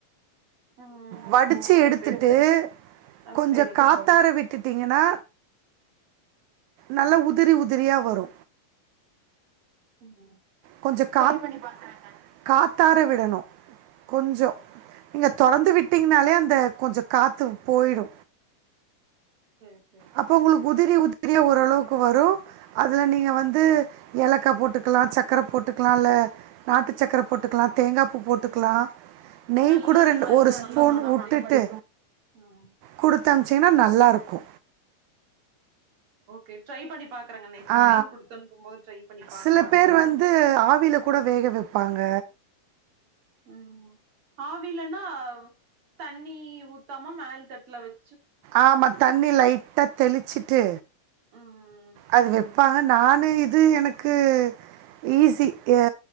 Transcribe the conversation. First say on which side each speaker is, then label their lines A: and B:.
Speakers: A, on the right; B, on the right.
A: ம்
B: வடிச்சு
A: சரி
B: எடுத்துட்டு
A: சரி ஆ
B: கொஞ்சோ
A: சரிங்க
B: காத்தாட விட்டு ட்டீங்கன்னா நல்ல உதிரி உதிரியா வரு
A: உம்
B: கொஞ்சோ ட்ரை பண்ணி பாக்குறேங்க கா காத்தாட விடணு கொஞ்சோ நீங்க தொடர்ந்து விட்டீங்கனாலே அந்த கொஞ்ச காத்து போயிடு
A: சரி சரி சரி
B: அப்ப உங்களுக்கு உதிரி உதிரி உதிரியா ஓரளவுக்கு வரு அதில நீங்க வந்து ஏலக்கா போட்டுக்கலா சக்கர போட்டுக்கலா இல்ல நாட்டு சக்கர போட்டுக்கலா தேங்கா பூ போட்டுக்கலா
A: ம்
B: நெய்
A: நல்லா
B: கூட ரெண்டு
A: ஸ்மெல்லு
B: ஒரு ஸ்பூன்
A: நல்லா மணமடிக்கு
B: வுட்டுட்டு கெடுத்து
A: ம்
B: கொடுத்து அனுப்பிச்சிங்கனா நல்லாருக்கு
A: ஓகே ட்ரை பண்ணி பாக்குறேங்க நெக்ஸ்ட்
B: ஆ
A: டைம் குடுத்தனுப்பும்போது ட்ரை பண்ணி பாக்கலா
B: சில பேர் வந்து ஆவியில கூட வேக வெப்பாங்க
A: உம் ஆவிலனா தண்ணி தண்ணி ஊத்தாம மேல் தட்டுல வ
B: ஆமா தண்ணி லைட்டா தெளிச்சுட்டு
A: உம் உம்
B: அது வெப்பாங்க நானு இது இது எனக்கு ஈஸி ஆ